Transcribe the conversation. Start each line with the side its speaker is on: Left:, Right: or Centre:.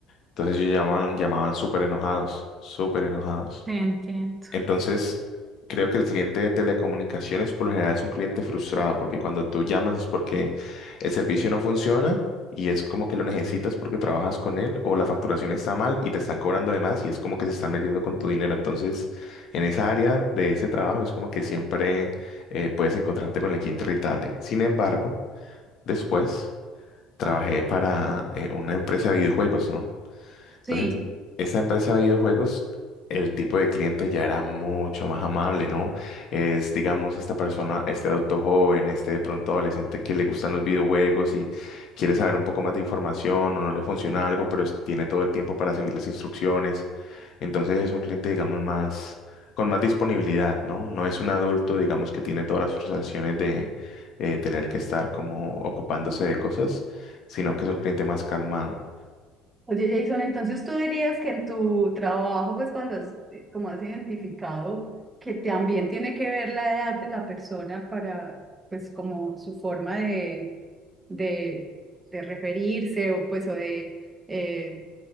Left: Entonces, ellos llaman, llamaban súper enojados, súper enojados.
Right: te entiendo.
Left: Entonces, creo que el cliente de telecomunicaciones por lo general es un cliente frustrado, porque cuando tú llamas es porque el servicio no funciona y es como que lo necesitas porque trabajas con él, o la facturación está mal y te están cobrando de más y es como que se están metiendo con tu dinero. Entonces, en esa área de ese trabajo es como que siempre eh, puedes encontrarte con el cliente irritable. Sin embargo, después trabajé para eh, una empresa de videojuegos, ¿no? Entonces,
Right: Sí,
Left: esa empresa de videojuegos, el tipo de cliente ya era mucho más amable, ¿no? Es, digamos, esta persona, este adulto joven, este de pronto adolescente que le gustan los videojuegos y quiere saber un poco más de información o no le funciona algo, pero es- tiene todo el tiempo para seguir las instrucciones. Entonces, es un cliente, digamos, más, con más disponibilidad, ¿no? No es un adulto, digamos, que tiene todas las frustraciones de eh, tener que estar como ocupándose de cosas, sino que es un cliente más calmado.
Right: Oye, Jason, entonces tú dirías que en tu trabajo, pues cuando has, como has identificado que también tiene que ver la edad de la persona para, pues como su forma de, de, de referirse o pues o de, eh,